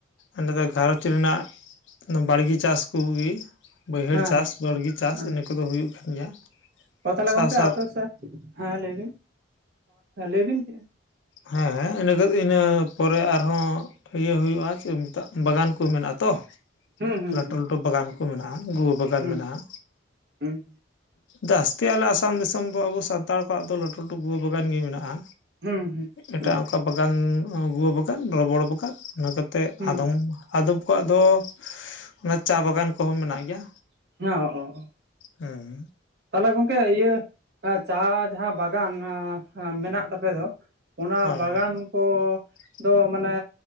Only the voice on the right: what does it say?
ᱦᱮᱸ
ᱦᱮᱸ ᱦᱮᱸ
ᱦᱮᱸ
ᱚ ᱛᱟᱦᱚᱞᱮ
ᱜᱚᱢᱠᱮ
ᱟᱯᱮ ᱥᱮᱫ ᱦᱮᱸ ᱞᱟᱹᱭ ᱵᱤᱱ ᱞᱟᱹᱭ ᱵᱤᱱ ᱪᱮᱫ
ᱦᱩᱸ ᱦᱩᱸ
ᱦᱩᱸ
ᱦᱩᱸ
ᱦᱩᱸ ᱦᱩᱸ
ᱚ
ᱦᱩᱸ
<unintelligible>
ᱛᱟᱦᱚᱞᱮ ᱜᱚᱝᱠᱮ ᱤᱭᱟᱹ ᱪᱟ ᱡᱟᱦᱟᱸ ᱵᱟᱜᱟᱱ ᱢᱮᱱᱟᱜ ᱛᱟᱯᱮ ᱫᱚ ᱚᱱᱟ
ᱵᱟᱜᱟᱱ
ᱠᱚ ᱫᱚ ᱢᱟᱱᱮ